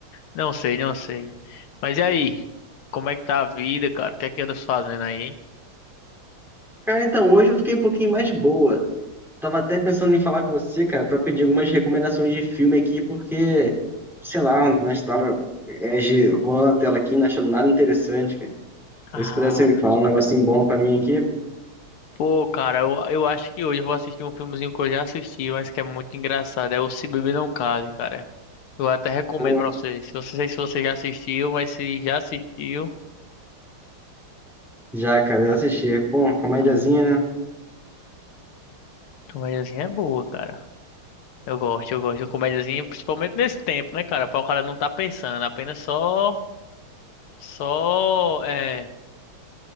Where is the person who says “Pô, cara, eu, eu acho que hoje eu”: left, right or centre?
Left